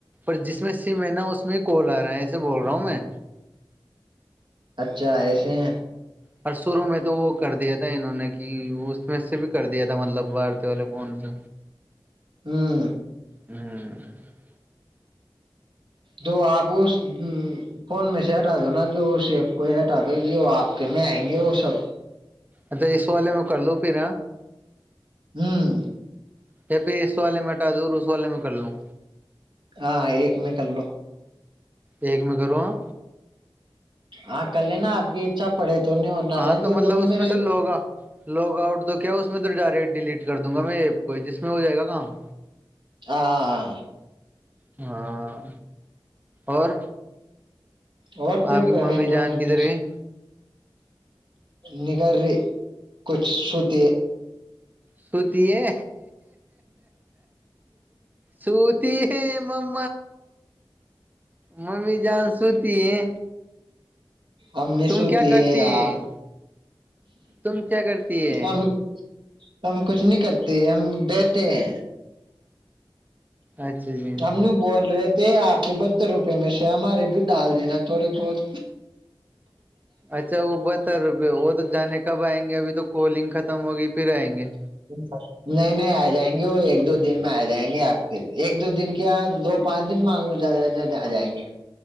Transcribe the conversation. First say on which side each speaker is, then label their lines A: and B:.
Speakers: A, on the right (about 20°); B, on the right (about 60°).
A: پر جس میں سے میں نا اس میں کال آ رہا ہے ایسے بول رہا ہوں میں
B: اچھا ایسے ہیں
A: اور شروع میں تو وہ کر دیا تھا انہوں نے کہ اس میں سے بھی کر دیا تھا مطلب بارتے والے فون سے
B: ہوں
A: ہوں <inaudible>
B: دو آب <inaudible> فون میں سے ہٹا دو نا جو اس ایپ کو ہی ہٹا دو جو آپ کے میں آئیں گے وہ سب
A: اچھا اس والے میں کر لوں پھر
B: ہوں
A: پھر اس س والے مٹا دور اس والے میں کر لوں
B: ہاں ایک میں کر لو
A: ایک میں کروں ہ
B: ہاں کل لےینا آپ کی اچھا پڑے تو نہیں ورننا
A: ہاں
B: رہ
A: تو
B: دو
A: مطلب
B: دونوں
A: اس
B: میں رہ
A: سے لوگا
B: دو
A: لوگ آؤٹ تو کیا اس میں تو ڈائریکٹ ڈیلیٹ کر دوں گا میں ایپ کو ہی جس میں ہو جائے گا کام
B: ہاں
A: ہاں اور
B: اور پھر
A: آپ کی
B: پیمنٹ
A: ممی جان
B: ویمٹ
A: کدھر گئی
B: نگار ر کچ سو ت
A: سوتی ہے سوتی ہے مم مممی جان سوتی ہے
B: امی
A: تم
B: سوتی
A: کیا کرتی
B: ا
A: ہے تم کیا کرتی ہے
B: آ <inaudible> ہم کچھ نہیں کرتے ہم بتے ہیں
A: اچھا جی
B: ہم نہیں بول رہے تھے آپ کے بتر روپے میں سے ہمارے بھی ڈال دینا تھوڑے بہت
A: اچھا ا بہتر روپئے وہ تو جانے کب آئیں گے ابھی تو کولنگ ختم ہوگی پھر آئیں گے
B: <inaudible> نہیں نہیں آ جائیں گے وہ ایک دو دن میں آ جائیں گے آپ کے ایک دو دن کے دو پانچ دن مان لو جیادہ سے جلدہ آ جائیں گے